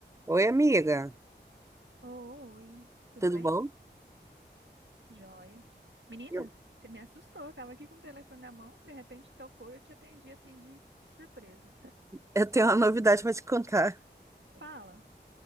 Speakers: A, on the right; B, on the right.
A: Oi, amiga.
B: Oi, tudo
A: Tudo
B: bem?
A: bom?
B: Joia. Menina,
A: Eu-
B: você me assustou. Eu Tava aqui com o telefone na mão, de repente tocou e eu te atendi assim de, de surpresa.
A: Eu tenho uma novidade para te contar.
B: Fala,